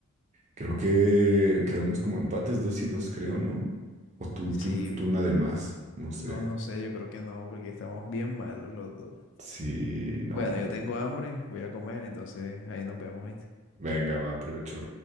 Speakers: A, on the right; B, on the left.
A: Creo que quedamos como empates dos y dos, creo, ¿no? O tú,
B: Sí,
A: tú, tú nada más, no sé.
B: no, no sé, yo creo que no, porque estamos bien malos los dos.
A: Sí, no,
B: Bueno, yo
A: no.
B: tengo hambre, voy a comer, entonces ahí nos vemos, ¿viste?
A: Venga, va, aprovecho.